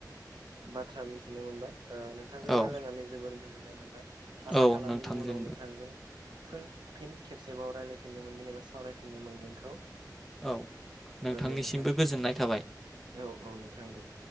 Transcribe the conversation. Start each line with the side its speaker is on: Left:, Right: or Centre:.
Right: बाथ्रा मिथिनो मोनबाय नोंथांजों
Centre: औ
Right: रायजलायनानै जोबोर गोजोननाय मोनबाय आसा
Centre: औ
Right: खालामो
Centre: नोंथांजोंबो
Right: इयुनाव नोंथांजों फिन फिन खेबसेबाव रायलायफिननो मोनगोन एबा सावरायफिननो मोनगोनखौ
Centre: औ नोंथांनिसिमबो
Right: औ दे नोंथां
Centre: गोजोननाय थाबाय
Right: औ औ नोंथां दे